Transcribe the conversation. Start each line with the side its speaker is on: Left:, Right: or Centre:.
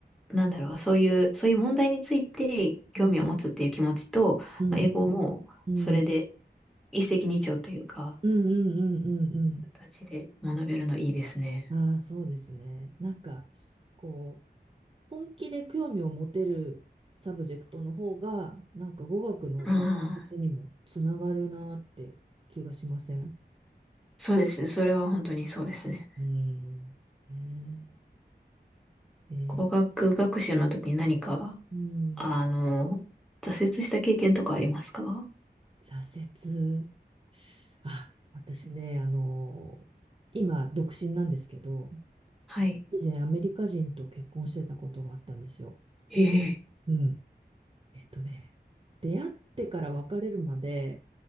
Centre: なんだろう、そういう、そういう問題について興味を持つっていう気持ちと、
Right: うん。うん。
Centre: まあ、英語もそれで
Right: うん。うん。
Centre: 一石二鳥というか、
Right: うんうんうんうん
Centre: 形で学べるのいいですね。
Right: うん。ああわかるうんうんうんうんうんうんうんうんうんああそうですね。なんか、こう、本気で興味を持てるサブジェクトの方が、なんか語学の発にもつながるなって気がしません
Centre: うん。そうですね。それは本当にそうですね。
Right: うん。ねえ。えー
Centre: 語学学習の時に何か
Right: うん。
Centre: あの、挫折した経験とかありますか
Right: 挫折。あ、私ね、あの今、独身なんですけど、
Centre: はい。
Right: 以前アメリカ人と結婚してたことがあったんですよ。
Centre: ええ。
Right: うん。えっとね、出会ってから別れるまで